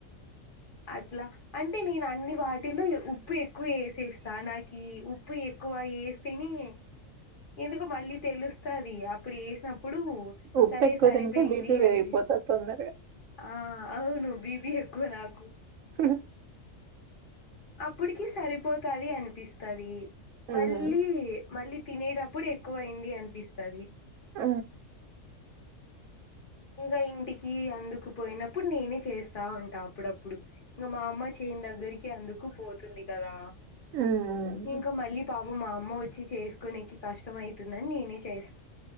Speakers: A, on the left; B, on the right.
A: అట్లా అంటే నేను అన్ని వాటిల్లో ఉప్పు ఎక్కువ వేసేస్తా నాకు ఉప్పు ఎక్కువ వేస్తేనే ఎందుకు మళ్ళీ తెలుస్తది అప్పుడు వేసినప్పుడు
B: ఉప్పు
A: సరే
B: ఎక్కువ
A: సరిపోయింది
B: తింటే బీపీ పెరిగిపోతాదీ
A: అనిపిస్
B: తొందరగా
A: ఆ అవును బీపీ ఎక్కువ నాకు
B: ఆ
A: ఇప్పుటికి సరిపోతది అనిపిస్తది
B: మ్మ్
A: మళ్ళీ మళ్ళీ తినేటప్పుడు ఎక్కువ అయింది అనిపిస్తది
B: ఆ
A: ఇంకా ఇంటికి అందుకుపోయినప్పుడు నేనే చేస్తా. ఉంటా అప్పుడప్ ఇంకా మా అమ్మ చెయని దగ్గరికి అందుకు తక్కుపోతుంది కదా
B: మ్మ్
A: ఇంక మళ్ళీ పాప్ మా అమ్మ వచ్చి చేసుకోనేకి కష్టం అయితుందని నేనే చేస్